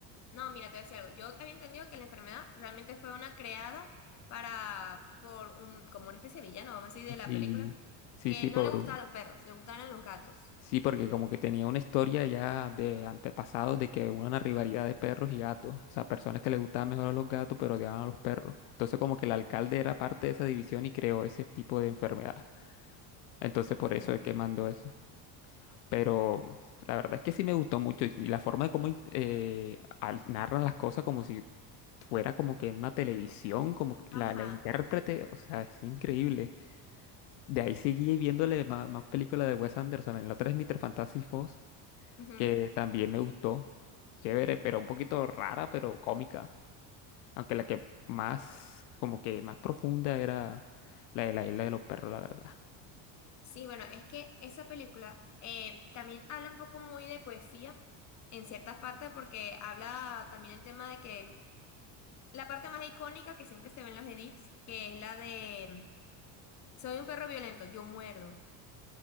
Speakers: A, on the left; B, on the left.
A: no, mira, te voy a decir algo. Yo había entendido que la enfermedad realmente fue una creada para, por un, como una especie de villano, vamos a decir, de la
B: Sí,
A: película,
B: sí,
A: que
B: sí,
A: no
B: por,
A: le gustaban los perros, le gustaban los gatos.
B: sí, porque como que tenía una historia ya de antepasados de que hubo una rivalidad de perros y gatos, o sea, personas que les gustaban mejor a los gatos pero odiaban a los perros. Entonces como que el alcalde era parte de esa división y creó ese tipo de enfermedad. Entonces por
A: Ay, qué
B: eso
A: locura.
B: es que mandó eso. Pero la verdad es que sí me gustó mucho y la forma de cómo in- eh, al- narran las cosas como si fuera como que en una televisión, como que
A: Ajá.
B: la, la intérprete, o sea, es increíble. De ahí seguí viéndole ma- más, películas de Wes Anderson. En la otra es Mr. Fantastic Fox,
A: Ujú.
B: que también me gustó. Chévere, pero un poquito rara, pero cómica. Aunque la que más, como que más profunda era la de la isla de los perros, la verdad.
A: Sí, bueno, es que esa película eh, también habla un poco muy de poesía en ciertas partes porque habla también el tema de que la parte más icónica que siempre se ve en los edits, que es la de soy un perro violento, yo muerdo.